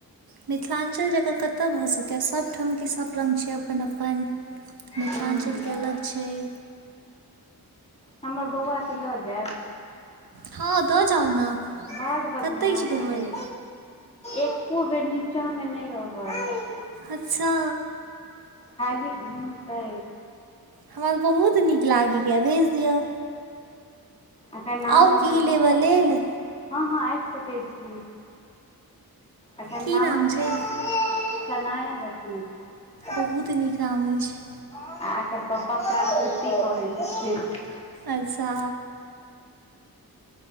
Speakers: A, on the right (about 75°); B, on the left (about 15°).
A: मिथिलांचल जकाँ कतय भऽ सकैये? सभठाम के सभ रंग छैय अपन अपन। मिथिलांचलके
B: हूँ
A: अलग छैय।
B: हमर बौआके लऽ जायब?
A: हँ दऽ जाउ ने।
B: बड्ड बदमाश
A: कतऽ अछि घर
B: छैय, एको बेर नीचाँ मे नहि रहत।
A: अच्छा
B: खाली घुमतै।
A: हमरा तऽ बहुत नीक लागैयेलिये भेज दिय।
B: एकर नाम
A: आउ
B: हम
A: की
B: रखने
A: लेबऽ लेल।
B: हँ हँ आबि सकै छी अखन
A: की
B: नाम हम रख
A: छै
B: सनाया रखने छी।
A: बहुत नीक नाम अछि।
B: आ ऐकर पपा प्राकृति कहय छथिन्ह।
A: अस्छा।